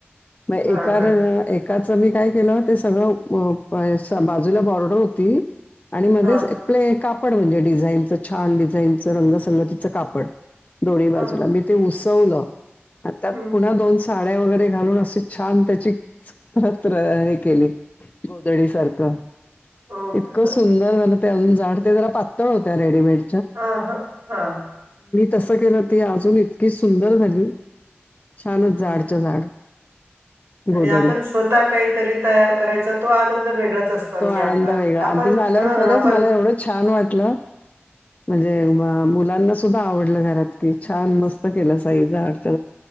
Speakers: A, on the left; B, on the right.
A: मग एका
B: हां का
A: काच मी काय केलं ते सगळं बाजूला बॉर्डर होती. आणि मध्येच
B: हां
A: प्ले काप म्हणजे डिझाईनचं छान डिझाईनचं रंगसंगतीच कापड दोन्ही बाजूला
B: हां
A: मी त्यात
B: हं.
A: पुन्हा दोन साड्या वगैरे घालून अस छान त्याचीच हे केली गोधडी सारखं.
B: हो
A: इतकं
B: का
A: सुंदर झालं, ते अजून जाड ते जरा पातळ होत्या रेडीमेड.
B: हा हा हा.
A: तसं केलं, ती अजून इतकी सुंदर झाली छानच
B: हम्म
A: जाड च्या जाड.
B: आणि
A: गोधडी
B: आपण स्वतः काहीतरी तयार करायचा तो आनंद वेगळाच. असतो आणखी
A: तो आनंद
B: आपला
A: वेगळा
B: आपण
A: आणि ते झाल्यावर
B: हा
A: खरंच
B: आपण
A: मला एवढं छान वाटलं म्हणजे म मुलांना सुद्धा आवडलं घरात, कि छान मस्त
B: हम्म
A: केलंस आई जाड.